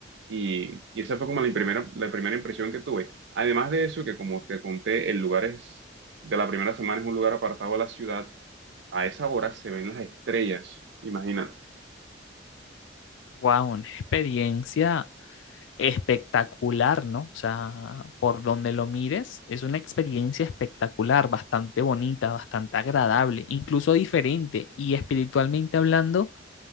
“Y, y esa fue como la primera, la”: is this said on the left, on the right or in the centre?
Right